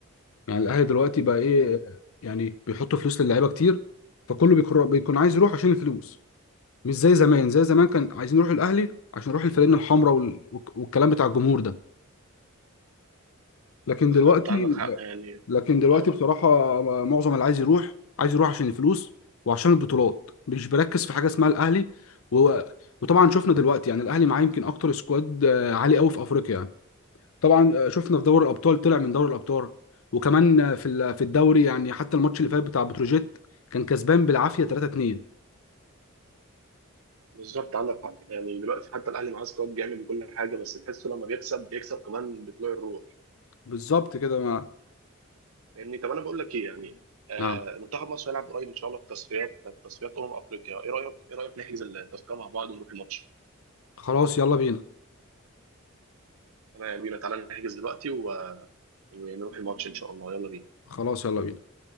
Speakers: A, on the left; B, on the right.
A: يعني الاهلي دلوقتي بقى ايه
B: مم.
A: يعني بيحط فلوس للعيبه كتير فكله بيكون بيكون عايز يروح عشان الفلوس مش زي زمان زي زمان كان عايزين يروحوا الاهلي عشان يروحوا الفانلة الحمراء وال- والكلام بتاع الجمهور ده لكن
B: بالظبط
A: دلوقتي
B: عندك حق يعني
A: لكن دلوقتي
B: اه
A: بصراحة معظم اللي عايز يروح عايز يروح عشان الفلوس وعشان البطولات مش بركز في حاجة اسمها الأهلي و... وطبعا شفنا دلوقتي يعني الأهلي معاه يمكن أكتر سكواد آه، عالي قوي في أفريقيا يعني طبعا آه، شفنا في دوري الأبطال طلع من دوري الأبطال وكمان آه، في ال- في الدوري يعني حتى الماتش اللي فات بتاع بتروجيت كان كسبان بالعافية 3-2
B: بالظبط عندك حق يعني دلوقتي حتى الاهلي معاه سكواد جامد وكل حاجه بس تحسه لما بيكسب بيكسب كمان بطلوع الروح
A: بالظبط كده ما...
B: فاهمني طب انا بقول لك ايه يعني آه
A: نعم
B: منتخب مصر هيلعب قريب ان شاء الله في تصفيات في تصفيات امم افريقيا ايه رايك ايه رايك نحجز التذكره مع بعض ونروح الماتش
A: خلاص يلا بينا
B: تمام يلا بينا تعالى نحجز دلوقتي و... ونروح الماتش ان شاء الله يلا بينا
A: خلاص يلا بينا